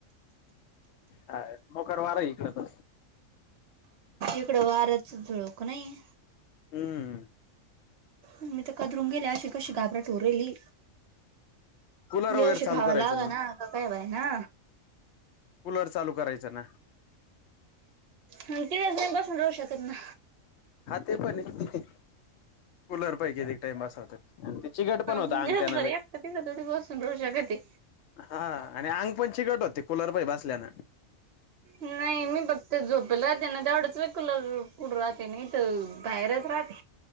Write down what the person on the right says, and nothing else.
इकडं वार्याच झूडूक नाही.
मी तर कदरून गेले अशी कशी घाबरा चोरेली
या वर्षी
खावा
लागे ना काय होय ना.
तीथच ना बसून राहू शकतं ना
दिवसभर
एकटं
तिथं थोडी बसून राहू शकते
नाहीं मी फत झोपेल राहते ना तेवढंच वेळ कुलर पुढं राहते. ते नाही तर बाहेरचं राहतें